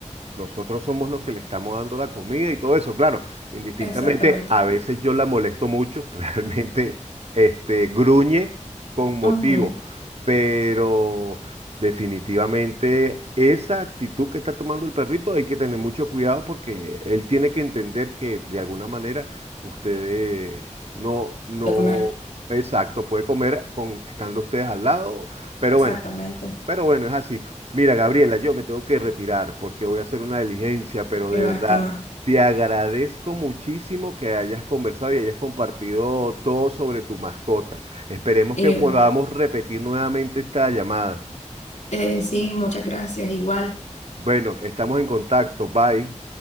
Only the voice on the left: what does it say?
Exactamente.
Ujú,
De comer.
Exactamente.
Qué
lástima.
Y
eh, sí, muchas gracias. Igual.